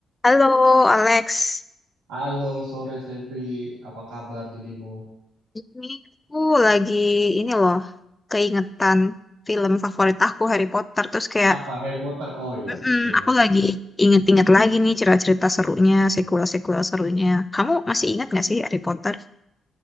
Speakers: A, on the left (about 20°); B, on the right (about 85°).
A: Halo Alex,
B: Halo, sore Febri. Apa kabar dirimu?
A: ini aku lagi ini loh keingetan film favorit aku Harry Potter terus kayak
B: Apa Harry Potter? Oh iya,
A: "Mm-mm,
B: oke oke.
A: aku lagi inget-inget lagi nih cerita-cerita serunya, sequel-sequel serunya. Kamu masih ingat gak sih Harry Potter?